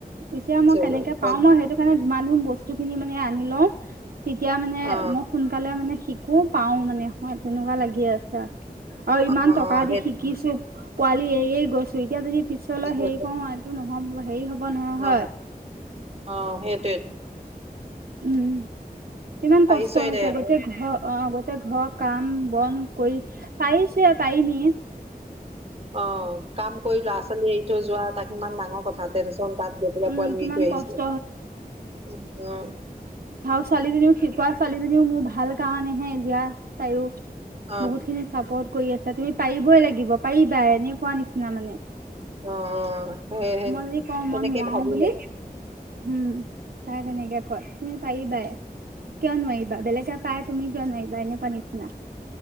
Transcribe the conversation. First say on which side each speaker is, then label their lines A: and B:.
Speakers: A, on the right; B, on the right.
A: পিছে
B: পিছলৈ
A: মই কেনেকে
B: একদম
A: পাও মই সেইটো কাৰণে ধুমান ধুম বস্তু খিনি মানে আনি লওঁ। তেতিয়া মানে
B: অ
A: মই সোনকালে মানে শিকো পাও মানে হয় তেনেকুৱা লাগি আছে আৰু ইমান
B: অ অ
A: টকা
B: সেইটো
A: দি শিকিছো পোৱালি গৈছো। এতিয়া যদি পিছলৈ
B: ঠিক কৈছ।
A: হেৰি কৰো এইটো নহ'ব, হেৰি হ'ব নহয় হ'য়।
B: অ অ সেই
A: উম ইমান
B: পাৰিছই
A: কষ্ট হৈছে
B: দে আৰু
A: গোতেই ঘৰ অ। টেই ঘৰৰ কাম - বন কৰি পাৰিছে পাৰিনিয়ে।
B: অঁ, কাম কৰি ল'ৰা -ছোৱালী এৰি থৈ যোৱা, তাক ইমান ডাঙৰ কথা, টেনচন তাত গৈ পেলাই
A: উম
B: পোৱালি
A: কিমান
B: এৰি থৈ আহিছো
A: কষ্ট
B: উ।
A: ভাল ছোৱালীজনীও, শিকোৱা ছোৱালীজনীও মোৰ ভাল কাৰণেহে দিয়া তাইও
B: অ
A: বহুত খিনি চাৰ্পট কৰি আছা। তুমি পাৰিবই লাগিব, পাৰিবাই এনেকোৱা নিচিনা মানে।
B: অ স
A: মই যদি কওঁ
B: তেনেকেই
A: মই নোৱাৰো
B: ভাবি
A: বুলি
B: লে
A: উম তাই তেনেকে কয়। তুমি পাৰিবাই কিয় নোৱাৰিবা বেলেগে পাই তুমি কিয় নোৱাৰিবা এনেকুৱা নিচিনা।